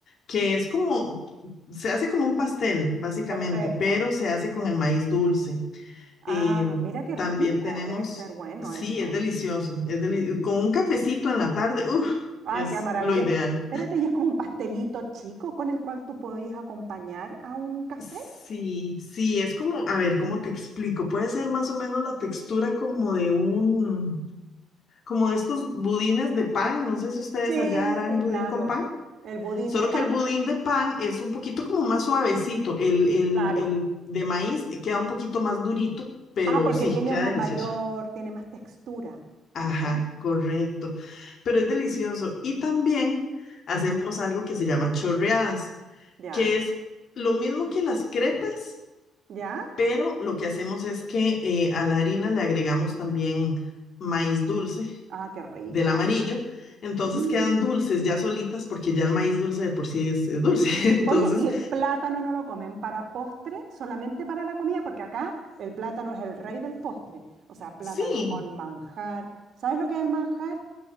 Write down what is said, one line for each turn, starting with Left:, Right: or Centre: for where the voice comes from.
Left: que es como, se hace como un pastel, básicamente,
Right: perfecto.
Left: pero se hace con el maíz dulce.
Right: Ah,
Left: Eh,
Right: mira qué
Left: también
Right: rico,
Left: tenemos,
Right: debe ser bueno
Left: sí,
Right: eso.
Left: es delicioso, es deli- con un cafecito en la tarde, uff,
Right: Ah,
Left: es
Right: qué maravilloso.
Left: lo ideal.
Right: Espérate, ¿y es como un pastelito chico con el cual tú podías acompañar a un café?
Left: Sí, sí, es como, a ver, ¿cómo te explico? Puede ser más o menos la textura como de un, como de estos budines de pan, no sé si ustedes
Right: Sí,
Left: allá harán
Right: sí,
Left: budín
Right: claro.
Left: con pan,
Right: El budín
Left: solo
Right: de pan,
Left: que el budín de pan es un poquito como más suavecito, el, el,
Right: claro.
Left: el de maíz queda un poquito más durito, pero
Right: Ah, porque
Left: sí,
Right: tiene
Left: queda
Right: una
Left: delicioso.
Right: mayor, tiene más textura,
Left: Ajá,
Right: ¿o no?
Left: correcto. Pero es delicioso. Y también hacemos algo que se llama chorreadas,
Right: Ya,
Left: que es lo mismo que las crepas,
Right: ya.
Left: pero lo que hacemos es que eh, a la harina le agregamos también maíz dulce
Right: Ah, qué rico.
Left: del amarillo. Entonces
Right: Mm.
Left: quedan dulces ya solitas porque ya el maíz dulce de por sí es, es dulce. <laughs> Entonces,
Right: Oye, ¿y el plátano no lo comen para postre? Solamente para la comida, porque acá el plátano es el rey del postre. O sea, plátano
Left: sí,
Right: con manjar. ¿Sabes lo que es el manjar?